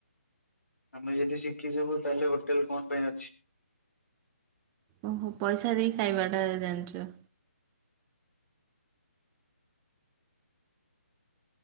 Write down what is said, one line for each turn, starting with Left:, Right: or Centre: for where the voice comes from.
Left: ଆମେ ଯଦି ଶିଖିଯିବୁ ତାହେଲେ ହୋଟେଲ କଣ ପାଇଁ ଅଛି।
Right: ଓ ହୋ ପଇସା ଦେଇ ଖାଇବାଟା ଜାଣିଛ।